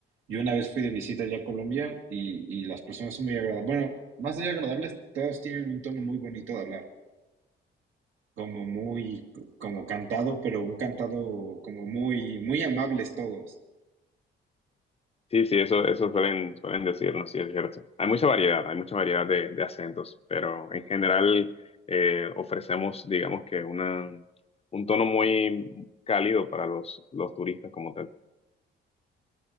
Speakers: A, on the right (about 80°); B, on the left (about 30°).
A: Yo una vez fui de visita ya a Colombia y, y las personas son muy agradables. Bueno, más allá de agradables, todos tienen un tono muy bonito de hablar. Como muy, como cantado, pero un cantado como muy, muy amables todos.
B: Sí, sí, eso, eso suelen, suelen decirnos, sí, es cierto. Hay mucha variedad, hay mucha variedad de, de acentos, pero en general eh, ofrecemos, digamos que una, un tono muy cálido para los, los turistas como tal.